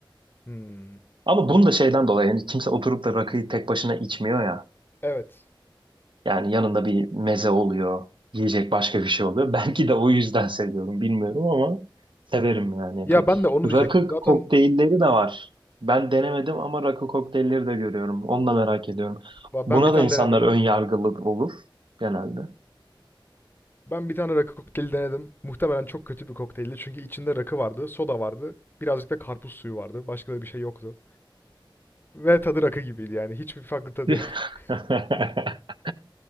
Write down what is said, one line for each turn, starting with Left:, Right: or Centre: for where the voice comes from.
Left: Hmm.
Right: Ama bunu da şeyden dolayı yani kimse oturup da rakıyı tek başına içmiyor ya.
Left: Evet.
Right: Yani yanında bir meze oluyor, yiyecek başka bir şey oluyor. <laughs> Belki de o yüzden seviyorum, bilmiyorum ama severim yani epey.
Left: Ya ben de onu diyecektim.
Right: Rakı
Left: Zaten
Right: kokteylleri de var. Ben denemedim ama rakı kokteylleri de görüyorum. Onu da merak ediyorum.
Left: va-
Right: Buna
Left: ben bir tane
Right: da insanlar
Left: denedim.
Right: ön yargılı olur genelde.
Left: Ben bir tane rakı kokteyli denedim. Muhtemelen çok kötü bir kokteyldi. Çünkü içinde rakı vardı, soda vardı. Birazcık da karpuz suyu vardı. Başka da bir şey yoktu. Ve tadı rakı gibiydi yani. Hiçbir farklı tadı
Right: <laughs>
Left: yok. <laughs>